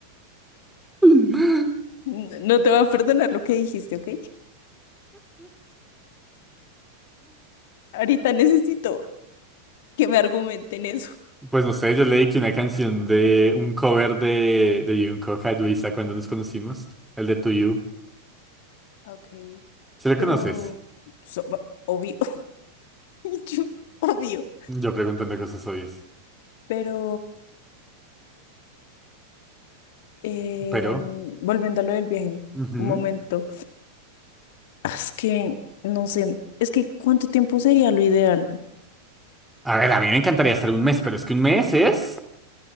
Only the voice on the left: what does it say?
N- No te voy a perdonar lo que dijiste, ¿ok? Ahorita necesito que me argumenten eso.
Ok,
pero
so- obvio, <laughs> Y yo, obvio.
Pero eh,
volviendo a lo del viaje,
un momento. Ah, Es que no sé, es que ¿cuánto tiempo sería lo ideal?